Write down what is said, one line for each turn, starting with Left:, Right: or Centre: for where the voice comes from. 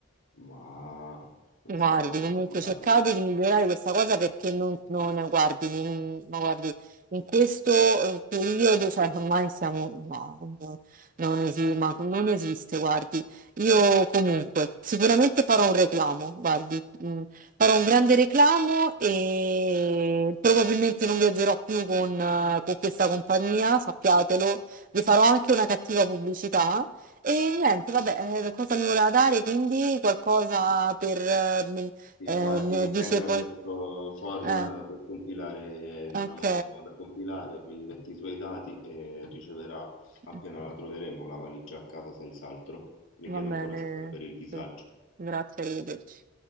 Left: ma non
Right: Guardi,
Left: so come
Right: comunque
Left: spiegarlo.
Right: cercate di migliorare questa cosa perché non, non- guardi, non- ma guardi, in questo eh, periodo, cioè ormai siamo, no, non, non esi- ma non esiste, guardi. Io comunque sicuramente farò un reclamo, guardi, mm, farò un grande reclamo e probabilmente non viaggerò più con, eh, con questa compagnia, sappiatelo, vi farò anche una cattiva pubblicità e niente, vabbè, eh, cosa mi voleva dare? Quindi qualcosa per... eh, mi-
Left: Sì,
Right: eh,
Left: guardi,
Right: mi dice
Left: tenga
Right: poi...
Left: questo form
Right: Eh,
Left: per compilare, diciamo,
Right: ok,
Left: da compilare, mi metti i suoi dati e riceverà appena
Right: Mm,
Left: la troveremo la valigia a casa senz'altro. Le
Right: va
Left: chiedo
Right: bene,
Left: ancora scusa per il disagio.
Right: sì. Grazie, arrivederci.